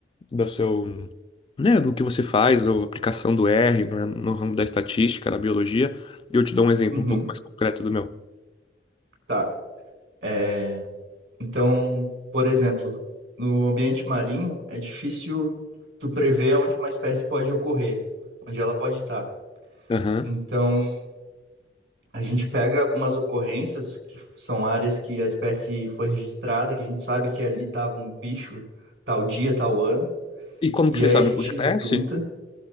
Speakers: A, on the left; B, on the right.
A: da seu, né, do que você faz, da aplicação do R, né, no ramo da estatística, na biologia, e eu te dou um exemplo
B: uhum,
A: um pouco mais concreto do meu.
B: tá. É, então, por exemplo, no ambiente marinho, é difícil tu prever onde uma espécie pode ocorrer, onde ela pode estar.
A: Aham.
B: Então, a gente pega algumas ocorrências, que são áreas que a espécie foi registrada, que a gente sabe que ali estava um bicho tal dia, tal ano,
A: E como
B: e
A: que vocês
B: aí
A: sabem
B: a gente
A: por GTS?
B: junta.